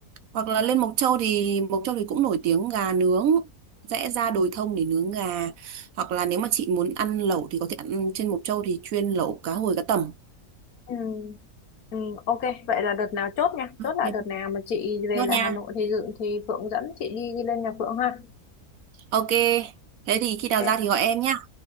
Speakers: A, on the right; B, on the left.
A: Hoặc là lên Mộc Châu thì Mộc Châu thì cũng nổi tiếng gà nướng. Rẽ ra đồi thông để nướng gà. Hoặc là nếu mà chị muốn ăn lẩu thì có thể ăn trên Mộc Châu thì chuyên lẩu cá hồi cá tầm.
B: Ừ. Ừ, ok, vậy là đợt nào chốt nha. Chốt
A: Ok,
B: là đợt nào mà chị về
A: Nốt
B: lại
A: nha.
B: Hà Nội thì dự thì Phượng dẫn chị đi đi lên nhà Phượng ha.
A: Ok. Thế thì
B: Ok.
A: khi nào ra thì gọi em nhá.